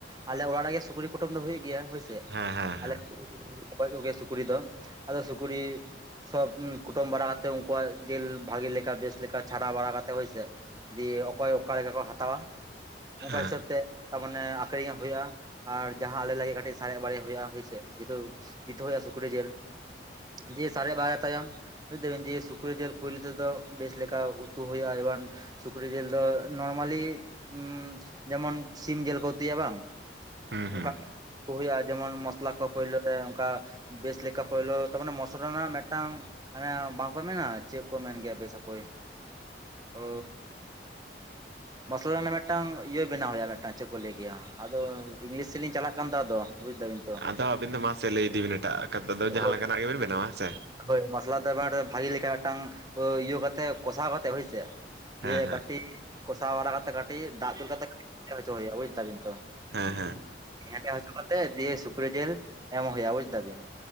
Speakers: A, on the right (about 20°); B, on the right (about 65°).
A: ᱟᱞᱮ ᱚᱲᱟᱜ ᱨᱮᱜᱮ ᱥᱩᱠᱨᱤ ᱠᱩᱴᱟᱹᱢ ᱫᱚ ᱦᱩᱭᱩᱜ ᱜᱮᱭᱟ, ᱦᱳᱭᱥᱮ᱾
B: ᱦᱮᱸ ᱦᱮᱸ ᱦᱮᱸ
A: <inaudible> ᱜᱚᱡ ᱠᱚᱜᱮᱭᱟ ᱥᱩᱠᱨᱤ ᱫᱚ, ᱟᱫᱚ ᱥᱩᱠᱨᱤ ᱥᱚᱵ ᱠᱩᱴᱟᱹᱢ ᱵᱟᱲᱟ ᱠᱟᱛᱮ ᱩᱱᱠᱩᱣᱟᱜ ᱡᱮᱞ ᱵᱷᱟᱜᱮ ᱞᱮᱠᱟ ᱵᱮᱥ ᱞᱮᱠᱟ ᱪᱷᱟᱰᱟᱣ ᱵᱟᱲᱟ ᱠᱟᱛᱮ ᱦᱚᱳᱭᱥᱮ, ᱫᱤᱭᱮ ᱚᱠᱚᱭ ᱚᱠᱟᱞᱮᱠᱟ ᱠᱚ ᱦᱟᱛᱟᱣᱟ, ᱚᱱᱠᱟ
B: ᱦᱮᱸ
A: ᱦᱤᱥᱟᱹᱵ ᱛᱮ, ᱟ ᱢᱟᱱᱮ ᱟᱠᱷᱨᱤᱧᱮ ᱦᱳᱭᱳᱜᱼᱟ ᱟᱨ ᱡᱟᱦᱟᱸ ᱟᱞᱮ ᱞᱟᱜᱤᱫ ᱠᱟᱹᱴᱤᱡ ᱥᱟᱨᱮᱡ ᱵᱟᱨᱮᱡ ᱦᱳᱭᱳᱜᱼᱟ ᱦᱳᱭᱥᱮ, ᱡᱮᱦᱩᱛᱩ <unintelligible> ᱦᱳᱭᱳᱜᱼᱟ ᱥᱩᱠᱨᱤ ᱡᱮᱞ, ᱫᱤᱭᱮ ᱥᱟᱨᱮᱡ ᱵᱟᱨᱮᱡ ᱛᱟᱭᱚᱢ ᱵᱩᱡᱽᱮᱫᱟ ᱵᱤᱱ ᱫᱤᱭᱮ ᱥᱩᱠᱨᱤ ᱡᱮᱞ ᱯᱩᱭᱞᱩ ᱛᱮᱫᱚ ᱵᱮᱥ ᱞᱮᱠᱟ ᱩᱛᱩ ᱦᱳᱭᱳᱜᱼᱟ, ᱮᱵᱟᱱ ᱥᱩᱠᱨᱤ ᱡᱮᱞ ᱟᱫᱚ ᱱᱚᱨᱢᱟᱞᱤ ᱩᱸ ᱡᱮᱢᱚᱱ ᱥᱤᱢ ᱡᱮᱞ ᱠᱚ ᱩᱛᱩᱭᱟ ᱵᱟᱝ
B: ᱦᱩᱸ
A: ᱚᱱᱠᱟ
B: ᱦᱩᱸ
A: <unintelligible> ᱦᱳᱭᱳᱜᱼᱟ ᱡᱮᱢᱚᱱ ᱢᱚᱥᱞᱟ ᱠᱚ ᱯᱳᱭᱞᱳ ᱨᱮ ᱚᱱᱠᱟ ᱵᱮᱥ ᱞᱮᱠᱟ ᱯᱳᱭᱞᱳ, ᱛᱟᱢᱟᱱᱮ ᱢᱚᱥᱞᱟ ᱨᱮᱱᱟᱜ ᱢᱮᱫᱴᱟᱝ ᱦᱟᱱᱮ ᱵᱟᱝᱠᱚ ᱢᱮᱱᱟ ᱪᱮᱫ ᱠᱚ ᱢᱮᱱ ᱜᱮᱭᱟ ᱵᱮᱥ ᱦᱟᱯᱳᱭ? ᱳᱻ ᱢᱚᱥᱞᱟ ᱨᱮᱱᱟᱜ ᱢᱮᱫᱴᱟᱝ ᱤᱭᱟᱹ ᱵᱮᱱᱟᱣ ᱦᱳᱭᱳᱜᱼᱟ ᱢᱮᱫᱴᱟᱝ ᱪᱮᱫ ᱠᱚ ᱞᱟᱹᱭ ᱜᱮᱭᱟ? ᱟᱫᱚ ᱤᱝᱞᱤᱥ ᱥᱮᱫ ᱞᱤᱧ ᱪᱟᱞᱟᱜ ᱠᱟᱱ ᱫᱚ ᱟᱫᱚ᱾ ᱵᱩᱡ ᱫᱟᱵᱤᱱ ᱛᱚ
B: ᱟᱫᱚ ᱟᱹᱵᱤᱱ ᱫᱚ ᱢᱟ ᱥᱮ ᱞᱟᱹᱭ ᱤᱫᱤ ᱵᱤᱱ ᱮᱴᱟᱜ <unintelligible> ᱡᱟᱦᱟᱸ
A: ᱦᱳᱭ
B: ᱞᱮᱠᱟᱱᱟᱜ ᱜᱮᱵᱤᱱ ᱵᱮᱱᱟᱣᱟ ᱦᱮᱸ ᱥᱮ᱾
A: ᱦᱳᱭ ᱢᱚᱥᱞᱟ <unintelligible> ᱵᱷᱟᱜᱮ ᱞᱮᱠᱟ ᱢᱤᱫᱴᱟᱝ ᱤᱭᱟᱹ ᱠᱟᱛᱮᱜ ᱠᱚᱥᱟᱣ ᱠᱟᱛᱮᱜ ᱦᱳᱭᱥᱮ, ᱫᱤᱭᱮ
B: ᱦᱮᱸ ᱦᱮᱸ
A: ᱠᱟ ᱴᱤᱡ ᱠᱚᱥᱟᱣ ᱵᱟᱲᱟ ᱠᱟᱛᱮ ᱠᱟᱹᱴᱤᱡ ᱫᱟᱜ ᱫᱩᱞ ᱠᱟᱛᱮ <unintelligible> ᱦᱚᱪᱚ ᱦᱳᱭᱳᱜᱼᱟ, ᱵᱩᱡᱽ ᱛᱟᱵᱤᱱ ᱛᱚ᱾
B: ᱦᱮᱸ ᱦᱮᱸ
A: ᱦᱮᱸᱫᱮ ᱦᱚᱪᱚ ᱠᱟᱛᱮ ᱫᱤᱭᱮ ᱥᱩᱠᱨᱮ ᱡᱮᱞ ᱮᱢ ᱦᱳᱭᱳᱜ-ᱟ, ᱵᱩᱡ ᱫᱟᱵᱤᱱ?